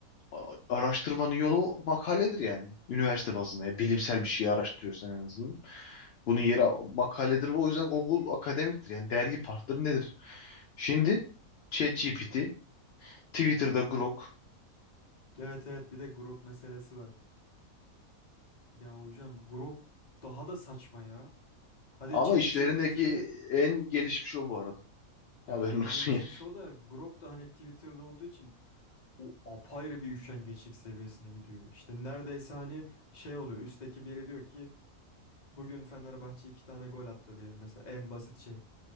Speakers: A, on the left; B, on the left.
A: a- araştırmanın yolu makaledir yani. Üniversite bazında. ya bilimsel bir şeyi araştırıyorsan en azından. Bunun yeri makaledir ve o yüzden Google akademiktir. Yani dergi partneri nedir? Şimdi ChatGPT, Twitter'da Grok,
B: Evet evet bir de Grok meselesi var. Ya hocam Grok daha da saçma ya. Hadi
A: Ama
B: ChatGPT'de
A: işlerindeki en gelişmiş o bu arada.
B: ya
A: Haberin
B: en
A: olsun
B: gelişmiş
A: yani.
B: o da Grok da hani Twitter'da olduğu için o apayrı bir üşengeçlik seviyesine gidiyor. İşte neredeyse hani şey oluyor üstteki biri diyor ki bugün Fenerbahçe iki tane gol attı diyelim mesela en basit şey.